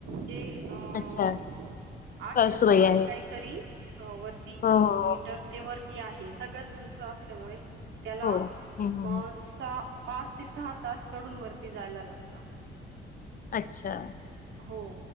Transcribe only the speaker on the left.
अच्छा
कळसूबाई
आहे.
हो
हो
हो हो हम्म हम्म हम्म
अच्छा.